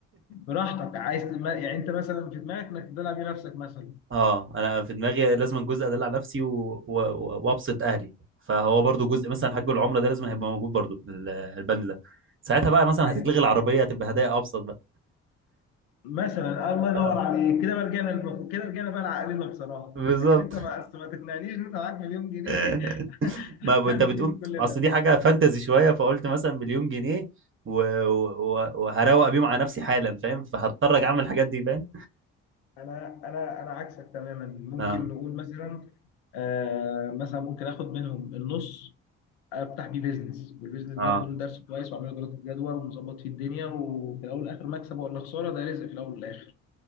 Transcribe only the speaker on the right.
أه أنا في دماغي لازم جزء أدلع نفسي و- و- و- وأبسط أهلي فهو برضه جزء مثلا حج العمرة ده لازم هيبقى موجود برضه ال- البند ده ساعتها بقى مثلا
هتتلغي العربية هتبقى هدايا أبسط بقى
أه
بالظبط
<laughs>
ما ب-
انت بتقول
اصل
دي حاجه فانتزي شويه فقلت مثلا مليون جنيه و... و... وهروق بيهم على نفسي حالا فاهم فهضطر أجي اعمل الحاجات دي فاهم
اه
اه